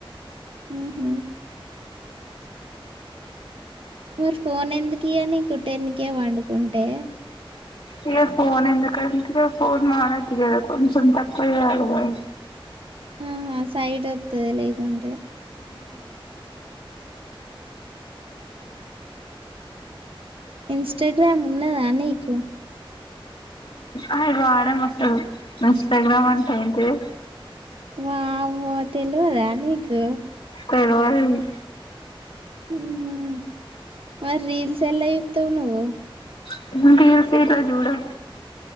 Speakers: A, on the right; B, on the left.
A: ఉమ్ హ్ మరి ఫోన్ ఎందుక్ ఇగ నీకు టెన్కే వండుకుంటే
B: ఇగ ఫోన్ ఎందుకంటే ఫోన్ వాడాలి కదా కొంచం తక్కువ్ చేయాలి కదా
A: మ్ హ్ సైట్ ఓత్తది లేకుంటే ఇంస్టాగ్రామ్ ఉన్నదా నీకు?
B: అయి వాడం అసల్ ఇంస్టాగ్రామ్ అంటే ఏంటిది?
A: వామ్మో తెల్వదా నీకు
B: తెల్వదీ.
A: మ్ మరి రీల్స్ ఎల్ల చూత్తవ్ నువ్వు
B: సుమన్ టీవీ <unintelligible> జూడం